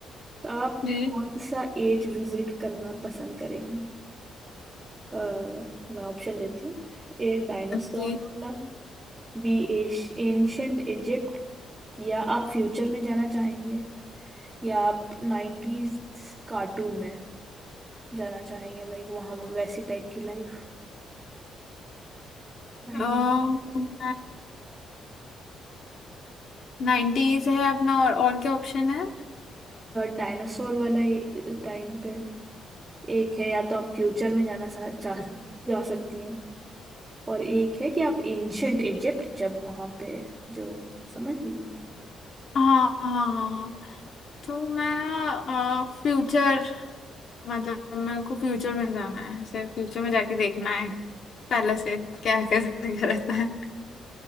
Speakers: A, on the right (about 20°); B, on the left (about 55°).
A: तो आप
B: जी
A: कौन सा एज विजिट करना पसंद करेंगे अ, मैं ऑप्शन देती हूँ ए डायनासोर
B: जी
A: वाला B ancient Egypt या आप फ्यूचर में जाना चाहेंगे या आप नाइन्टीज कार्टून में जाना चाहेंगे लाइक वहाँ वैसी टाइप की लाइफ नाइन
B: लाइक नाइन्टीज है अपना और और क्या ऑप्शन है
A: डायनासोर वाला टाइम पे एक है या तो आप फ्यूचर में जाना सा, जा, जा सकती हैं और एक है कि आप एंशंट इजिप्ट जब वहाँ पे जो समझ रही हैं
B: हाँ हाँ हाँ हाँ। तो मैं ना फ्यूचर मतलब मेरे को फ्यूचर में जाना है सिर्फ फ्यूचर में जाके देखना है पहले से क्या <laughs> कैसे क्या रहता है